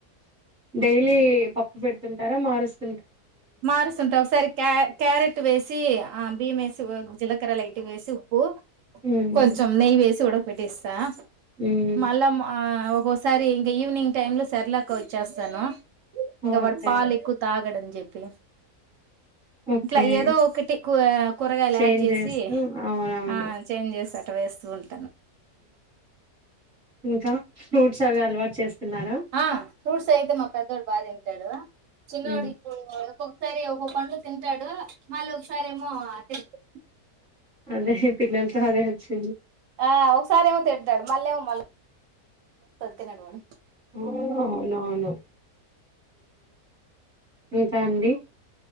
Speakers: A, in the centre; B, on the right.
A: డైలీ పప్పు పెడుతుంటారా మారుస్తు.
B: మారుస్తుంటా ఒకసారి క క్యారెట్ వేసి ఆ బియం వేసి జీలకర్రలు లైట్ గా వేసి ఉప్పు. కు
A: హ్మ్.
B: కొంచెం నెయ్యి వేసి ఉడక పెట్టేస్తా
A: హ్మ్.
B: మల్ల మా. ఆ ఒక్కోసారి ఇంకా ఈవనింగ్ టైమ్ంలో సరిలాక వ చ్చేస్తాను. ఇంకా
A: ఓకే.
B: వాడు పాలు ఎక్కువ తాగడని చెప్పిన.
A: ఓకే.
B: ఇట్లా ఏదో ఒకటి కూరగాయలు
A: చేంజ్
B: యాడ్ చేసి
A: చేస్తూ అవునవును
B: ఆ చేంజ్ చేశా. వేస్తుంట్.
A: ఇంకా ఫ్రూట్స్ అవి అలవాటు చేస్తున్నారా.
B: ఆ ఫ్రూట్స్ అయితే మా పెద్దోడు బాగా తింటాడు చిన్నోడు
A: ఉమ్
B: ఇప్పుడు. ఒక్కొక్కసారి ఒ పండు తింటాడు మళ్ళీ ఒకసారి ఏమో అంతే అంటే అటేటె.
A: అదే పిల్లతో అదే వచ్చింది.
B: ఆ ఒకసారి ఏమో తిడతాడు మళ్ళ ఏమో మళ్ళ తినడు వాడు.
A: అవునవును. ఇంకా అండి.